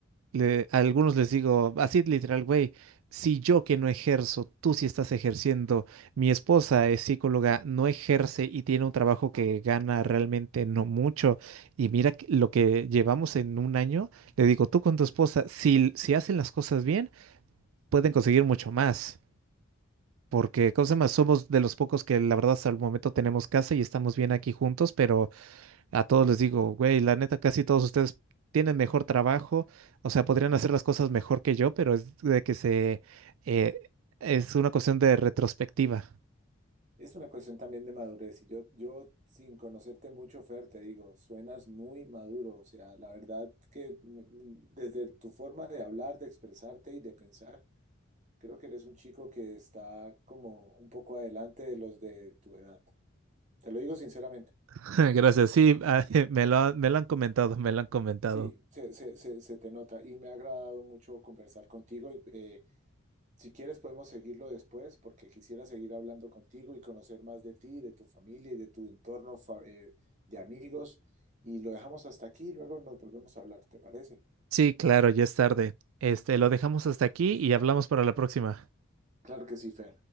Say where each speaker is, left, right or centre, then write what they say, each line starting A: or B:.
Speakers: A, on the right; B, on the right.
A: le- a algunos les digo así literal, güey, si yo que no ejerzo, tú sí estás ejerciendo, mi esposa es psicóloga, no ejerce y tiene un trabajo que gana realmente no mucho, y mira que- lo que llevamos en un año, le digo, tú con tu esposa, si, si hacen las cosas bien, pueden conseguir mucho más. Porque, cosa más, somos de los pocos que la verdad hasta el momento tenemos casa y estamos bien aquí juntos, pero a todos les digo, güey, la neta, casi todos ustedes tienen mejor trabajo, o sea, podrían hacer las cosas mejor que yo, pero es de que se, eh, es una cuestión de retrospectiva.
B: Es una cuestión también de madurez y yo, yo sin conocerte mucho, Fer, te digo, suenas muy maduro, o sea, la verdad que mm, desde tu forma de hablar, de expresarte y de pensar, creo que eres un chico que está como un poco adelante de los de tu edad. Te lo digo sinceramente.
A: <laughs> Gracias, sí, ah, <laughs> me lo, han- me lo han comentado, me lo han comentado.
B: Sí, se, se- se- se te nota y me ha agradado mucho conversar contigo. eh, Si quieres podemos seguirlo después porque quisiera seguir hablando contigo y conocer más de ti, de tu familia y de tu entorno fa- eh, de amigos. Y lo dejamos hasta aquí y luego nos volvemos a hablar, ¿te parece?
A: Sí, claro, ya es tarde. Este, lo dejamos hasta aquí y hablamos para la próxima.
B: Claro que sí, Fer.